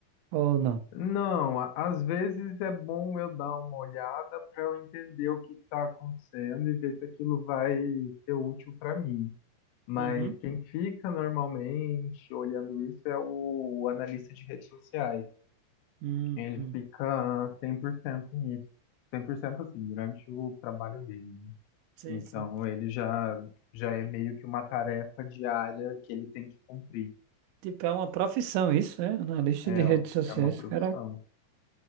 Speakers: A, on the right (about 80°); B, on the left (about 80°).
A: Ou não?
B: Não, a- às vezes é bom eu dar uma olhada para eu entender o que está acontecendo e ver se aquilo vai ser útil para mim. Mas
A: Uhum.
B: quem fica normalmente olhando isso é o analista de redes sociais.
A: Hum,
B: Ele
A: hum.
B: fica 100% nisso. cem por cento assim, durante o trabalho dele. né?
A: Sim,
B: Então
A: sim.
B: ele já já é meio que uma tarefa diária que ele tem que cumprir.
A: Tipo, é uma profissão isso, né? Analista
B: É,
A: de redes
B: ó,
A: sociais,
B: é uma profissão.
A: cara,